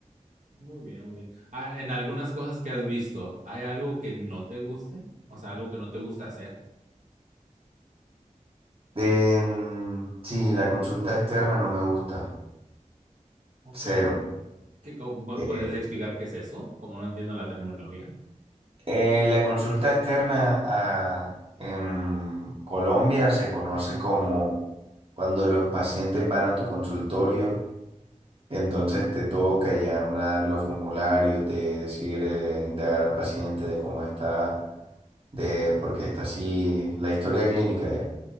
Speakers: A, on the right; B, on the right.
A: Muy bien, muy bien. Ah, en algunas cosas que has visto, ¿hay algo que no te guste? O sea, algo que no te gusta hacer.
B: Em, sí, la consulta externa no me gusta,
A: Ok.
B: cero.
A: ¿Qué, co- pu-
B: Eh,
A: ¿Puedes explicar qué es eso? Como no entiendo la terminología.
B: eh, la consulta externa a- en Colombia se conoce como cuando los pacientes van a tu consultorio, entonces te toca llenar los formularios de decir, eh, indagar al paciente de cómo está de porque está así la historia clínica ya.